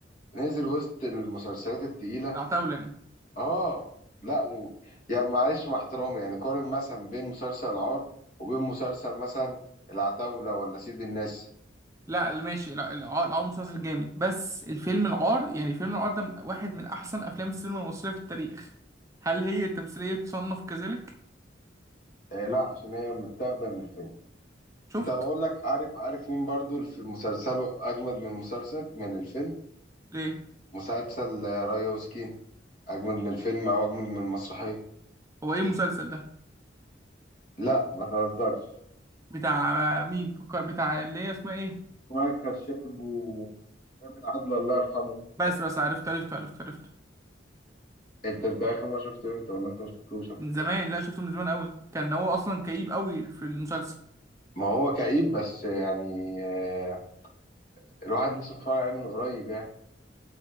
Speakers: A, on the left; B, on the right.
A: نزل وسط المسلسلات التقيله
B: العتاولة يعني
A: اه لا و... يا معلش مع احترامي يعني قارن مثلا بين مسلسل العار وبين مسلسل مثلا العتاوله ولا سيد الناس
B: لا ماشي لا العار العار مسلسل جامد بس الفيلم العار يعني فيلم العار ده من... واحد من احسن افلام السينما المصرية في التاريخ هل هي التمثيلية تصنف كذلك
A: آه لا عشان هي متاخده من الفيلم
B: شفت
A: طب اقول لك عارف عارف مين برضو في مسلسله اجمد من مسلسل من الفيلم
B: ليه
A: مسلسل آه، ريا وسكينه اجمد من الفيلم او اجمد من المسرحيه
B: هو ايه المسلسل ده
A: لا ما تهزرش
B: بتاع مين فكر بتاع اللي هي اسمها ايه
A: وكشاب وسام العدل الله يرحمه
B: بس بس عرفت عرفت عرفت عرفت
A: انت انت اخر ما شفته امتى ولا انت ما شفتوش قبل
B: من
A: كده
B: زمان لا شفته من زمان قوي كان هو اصلا كئيب قوي في المسلسل
A: ما هو كئيب بس يعني آه، الواحد لسه اتفرج عليه من قريب يعني